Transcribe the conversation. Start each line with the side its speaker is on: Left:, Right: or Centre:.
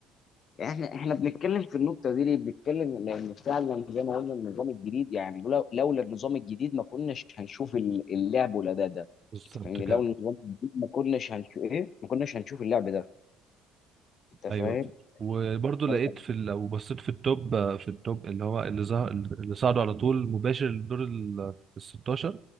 Left: احنا احنا بنتكلم في النقطه دي ليه بنتكلم لان فعلا زي ما قلنا النظام الجديد يعني لولا لولا النظام الجديد ما كناش هنشوف ال- اللعب والاداء ده
Right: بالظبط
Left: انت فاهمني
Right: كده
Left: لولا النظام الجديد ما كناش هنشوف ايه ما كناش هنشوف اللعب ده انت
Right: ايوه
Left: فاهم
Right: وبرضه
Left: فانت
Right: لقيت في ال- لو بصيت في التوب في التوب اللي هو اللي ظهر اللي صعدوا على طول مباشر لدور ال ال 16